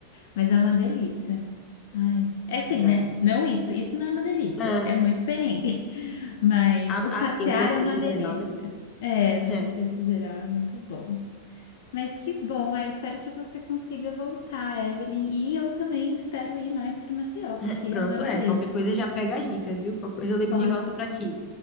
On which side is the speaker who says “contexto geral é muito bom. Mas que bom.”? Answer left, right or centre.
Left